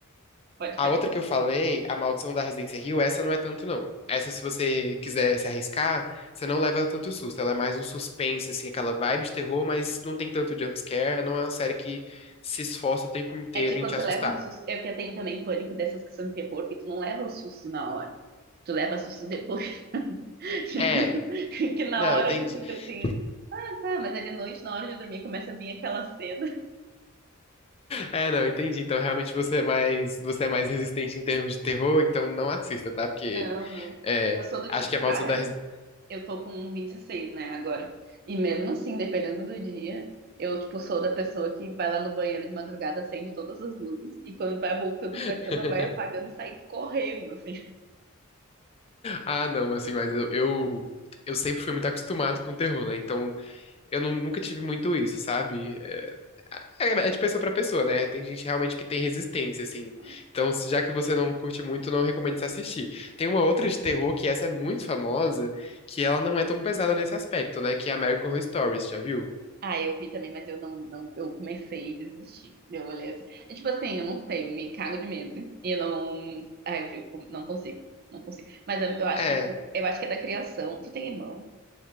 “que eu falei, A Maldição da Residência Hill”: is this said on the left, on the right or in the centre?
Left